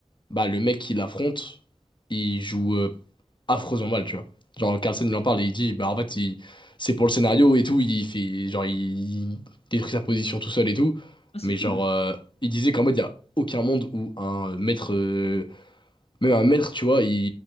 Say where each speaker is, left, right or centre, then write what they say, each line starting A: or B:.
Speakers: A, on the left; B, on the left.
A: bah, le mec qui l'affronte, il joue euh, affreusement mal, tu vois. Genre, Carlsen, il en parle et il dit, bah, en fait, il- c'est pour le scénario et tout. Il fait, genre, il, il détruit sa position tout seul et tout.
B: Ah, c'est
A: Mais
B: cool.
A: genre, euh, il disait qu'en mode, il y a aucun monde où un euh, maître, euh, même un maître, tu vois, il,